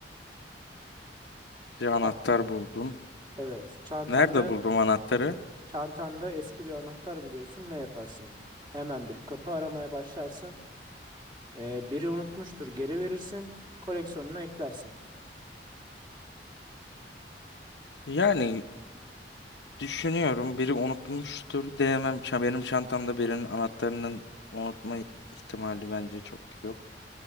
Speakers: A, on the left (about 75°); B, on the right (about 25°).
A: Bir anahtar
B: Ha,
A: buldum.
B: evet. Çantanda
A: Nerede buldum anahtarı?
B: çantanda eski bir anahtar buluyorsun. Ne yaparsın? Hemen bir kapı aramaya başlarsın. Ee, biri unutmuştur. Geri verirsin. Koleksiyonuna eklersin.
A: Yani düşünüyorum biri unutmuştur diyemem. Ça- Benim çantamda birinin anahtarının unutma ihtimali bence çok yok.